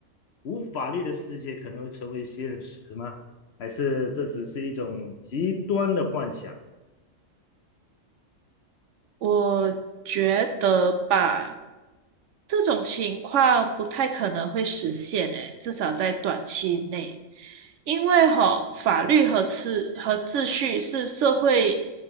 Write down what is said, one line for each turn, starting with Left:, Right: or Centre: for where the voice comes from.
Left: 无法律的世界可能会成为现实吗？还是这只是一种极端的幻想？
Right: 我觉得吧，这种情况不太可能会实现诶，至少在短期内。因为吼，法律和秩和秩序是社会